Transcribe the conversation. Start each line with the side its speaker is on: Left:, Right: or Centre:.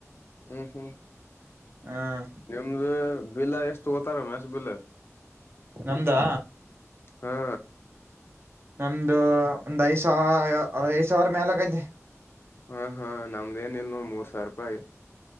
Left: ಹ್ಮ್ ಹ್ಮ್
Right: ಹ
Left: ನಿಮ್ದ. ಬೆಲ್ಲ ಎಷ್ಟು ಓತಾರ ಮಷ್ಟ ಬಿಲ್ಲ.
Right: ನಮ್ದಾ.
Left: ಹಾ
Right: ನಮ್ದು ಒಂದ್ ಐದ ಸಾವ ಐದ್ ಸಾವಿರ ಮ್ಯಾಲಕೈಐತೆ.
Left: ಹಾ ಹಾ ನಮ್ದ ಏನ ಇಲ್ ನ ಮೂರ್ ಸಾವಿರ ರೂಪಾಯಿ.